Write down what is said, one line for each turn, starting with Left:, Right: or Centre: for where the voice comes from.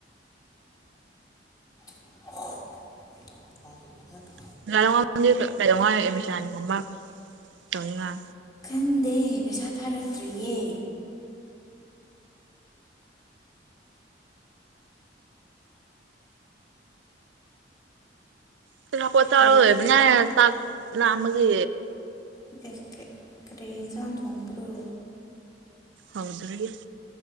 Left: <inaudible>
Right: <unintelligible> <unintelligible> ꯇꯧꯅꯤꯪ ꯉꯥꯌ
Left: ꯈꯪꯗꯦ ꯄꯩꯁꯥ ꯊꯥꯔꯛꯇ꯭ꯔꯤꯌꯦ
Right: ꯀꯅ ꯀꯊ
Left: ꯀꯩ
Right: ꯑꯣꯏꯅꯦ ꯆꯥꯛ ꯃꯒꯤ
Left: <unintelligible> ꯀꯔꯤ ꯌꯦꯟꯁ ꯥꯡ ꯊꯣꯡꯕ꯭ꯔꯣ
Right: ꯗ <unintelligible>